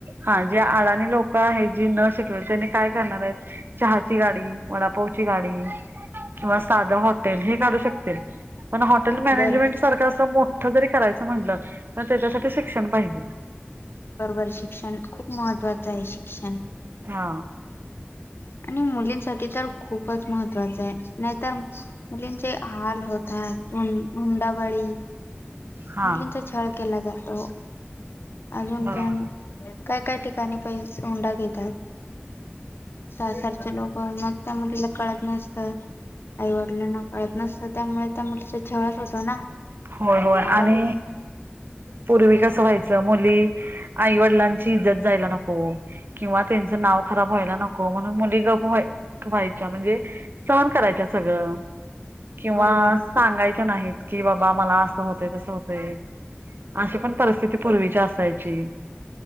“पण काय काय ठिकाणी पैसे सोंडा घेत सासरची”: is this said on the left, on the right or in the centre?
Left